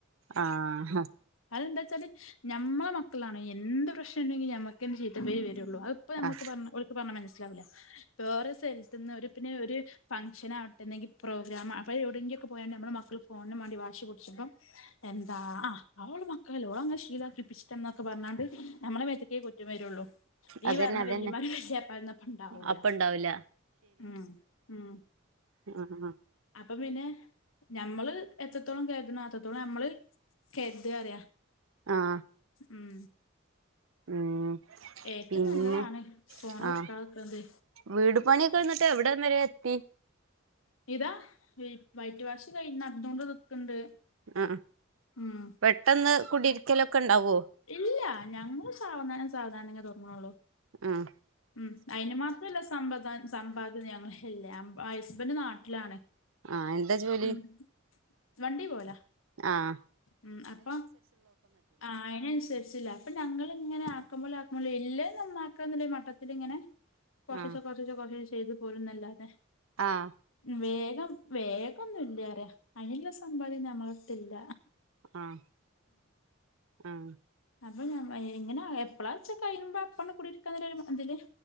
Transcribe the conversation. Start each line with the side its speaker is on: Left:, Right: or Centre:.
Right: ആഹ്
Left: അതെന്താ വെച്ചാല് ഞമ്മളെ മക്കളാണ് എന്ത് പ്രശ്നം ഇണ്ടെങ്കിൽ ഞമ്മക്കന്നെ ചീത്ത പേര് വരള്ളു അഹ് ഇപ്പൊ നമുക്ക്
Right: ആഹ്
Left: പർഞ്ഞ് ഓൽക്ക് പർഞ്ഞാ മനസ്സിലാവൂല. വേറെ സ്ഥലത്ത്ന്ന് ഒരു പിന്നെ ഒര് ഫംഗ്ഷൻ ആ എന്തെങ്കിൽ പ്രോഗ്രാം അവൾ എവിടെങ്കിലൊക്കെ പോയാണ്ട് നമ്മൾ മക്കൾ ഫോൺന് മാണ്ടി വാശി പിടിച്ചപ്പം എന്താ അഹ് അവളെ മക്കളല്ലേ ഓളങ്ങനെ ശീലാക്കിപ്പിച്ചിട്ടന്നൊക്കെ പർഞ്ഞാണ്ട് നമ്മളെ മേത്ത്ക്കേ കു റ്റം വരുള്ളൂ നീ
Right: അതന്നെ
Left: പർഞ്ഞ
Right: അതന്നെ
Left: വല്യമ്മാര് വല്യാപ്പാരൊന്നും അപ്പം ഇണ്ടാവൂല.
Right: അപ്പ ഇണ്ടാവൂല
Left: ഉം ഉം
Right: അഹ് ആഹ്
Left: അപ്പ പിന്നെ ഞമ്മള് എത്രത്തോളം കര്ത്ണോ അത്രത്തോളം ഞമ്മള് കര്താറ്യ
Right: ആഹ്
Left: ഉം
Right: ഉം
Left: ഏറ്റവും
Right: പിന്നെ
Left: നല്ലതാണ് ഫോണ്
Right: ആഹ്
Left: കൊടുക്കാതിക്കണത്
Right: വീട് പണിക്കെ ന്നട്ട് എവിടെം വരെ ത്തി
Left: ഇതാ വൈറ്റ് വാശ് കൈ നടന്നോണ്ട് നിക്ക്ണ്ട്.
Right: ഉം ഉം
Left: ഉം
Right: പെട്ടെന്ന് കുടിരിക്കലൊക്കെ ഇണ്ടാവോ?
Left: ഇല്ല ഞങ്ങൾ സാവധാനം സാവധാനങ്ങെ തൊട്ങ്ങ്നൊള്ളൂ.
Right: ഉം
Left: ഉം അയിന് മാത്രല്ല സമ്പത്ത് സമ്പാദ്യത ഞങ്ങൾല്ല ഹസ്ബൻഡ് നാട്ടിലാണ്.
Right: ആഹ് എന്താ ജോലി
Left: ഉം വണ്ടി പോലാ
Right: ആഹ്
Left: ഉം അപ്പ ആഹ് അയിനൻസ അപ്പൊ ഞങ്ങള് ഇങ്ങനെ ആക്കുമ്പോലെ ആക്കുമ്പോലെ എല്ല് നന്നാക്ക്ന്നില്ലേ മട്ടത്തിൽ ഇങ്ങനെ കൊർച്ചീച്ചേ
Right: ആ
Left: കൊർച്ചീച്ചേ കൊർച്ചീച്ചേ ചെയ്ത് പോരുംന്നല്ലാതെ
Right: ആഹ്
Left: വേഗം വേഗം ഒന്നും ഇല്ല അറ്യ അതിനുള്ള സമ്പാദ്യം ഞമ്മളട്ത്തില്ല.
Right: ആഹ് ആഹ്
Left: അപ്പൊ ഞാൻ എങ്ങനെ എപ്പളാച്ച കഴിയുമ്പോ അപ്പണ് കുടിയിരിക്കാൻന്ന ഒരു തില്